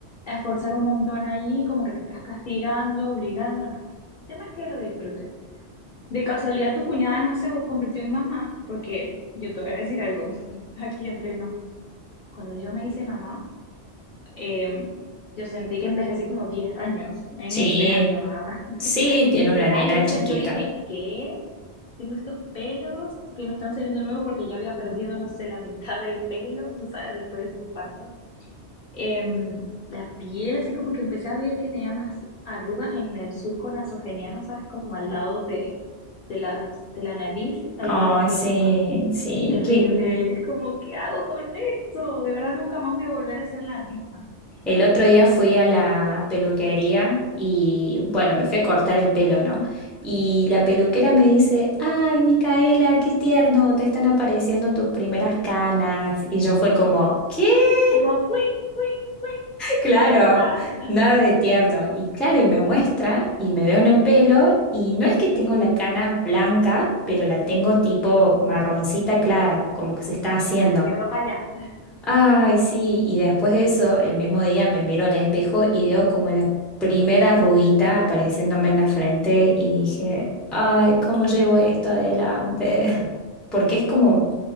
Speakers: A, on the left; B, in the centre.
A: a esforzar un montón ahí, como que te estás castigando, obligando, no. El tema es que lo disfrutes. De casualidad, tu cuñada no se convirtió en mamá, porque yo te voy a decir algo, <laughs> aquí entre nos. Cuando yo me hice mamá, eh, yo sentí que envejecí como 10 años, en
B: Sí.
A: este año nada más. <laughs>
B: Sí,
A: Literal,
B: tiene una nena
A: o
B: chiquita.
A: sea, yo dije, ¿qué? Tengo estos pelos que me están saliendo nuevos porque ya había perdido, no sé, la mitad del pelo, tú sabes, después del posparto em, la piel, así como que empecé a ver que tenía más arrugas en el surco nasogeniano, ¿sabes? Como al lado de, de las, de la nariz, y alrededor
B: Ay,
A: de
B: sí,
A: la boca.
B: sí.
A: Terrible,
B: Que
A: es como, ¿qué hago con esto? De verdad nunca más voy a volver a ser la misma.
B: el otro
A: Pero
B: día
A: bueno,
B: fui a la peluquería y bueno, me fui a cortar el pelo, ¿no? Y la peluquera me dice, ay, Micaela, qué tierno, te están apareciendo tus primeras canas. Y yo fue como, ¿qué? <laughs>
A: igual, queen, queen, queen,
B: Claro,
A: alerta, <laughs>
B: nada de tierno. Y claro, y me muestra y me veo en el pelo y no es que tengo la cana blanca, pero la tengo tipo marroncita clara, como que se está haciendo.
A: que, pa- que va para allá. <laughs>
B: Ay, sí, y después de eso, el mismo día me miro al espejo y veo como la primera arruguita apareciéndome en la frente y dije, ay, ¿cómo llevo esto adelante? <laughs> Porque es
A: No.
B: como,